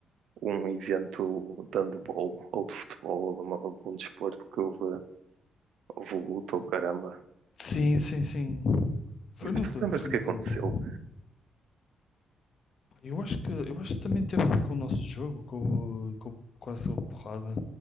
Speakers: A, on the right; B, on the left.
A: um evento de handball ou de futebol ou de uma- algum desporto que houve, houve luta ou caramba?
B: Sim, sim, sim. Foi no,
A: Tu
B: da-
A: lembras-te
B: foi
A: o que
B: no
A: aconteceu?
B: Dano Bom. Eu acho que, eu acho que também teve a ver com o nosso jogo, com, o- com, o- com a porrada